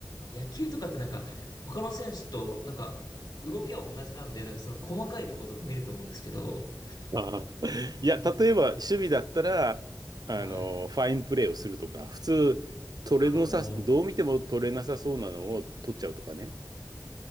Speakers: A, on the left (about 70°); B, on the right (about 60°).
A: 野球とかってなんか、他の選手と、なんか、動きは同じなんで、なんかその細かいところとか見ると思うんですけど、
B: ああ。いや、
A: なんか
B: 例えば、守備だったら、あの、
A: はい。
B: ファインプレーをするとか、普通、取れなさ、
A: ああ、
B: どう見ても取れなさそうなのを取っちゃうとかね。